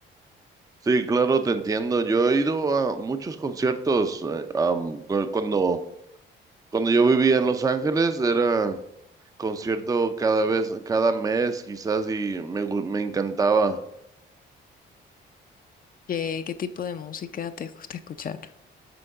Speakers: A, on the right; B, on the left.
A: Sí, claro, te entiendo. Yo he ido a muchos conciertos. eh, am, cu- cuando, cuando yo vivía en Los Ángeles, era... concierto cada vez, cada mes quizás y me, gu- me encantaba.
B: ¿Qué, qué tipo de música te gusta escuchar?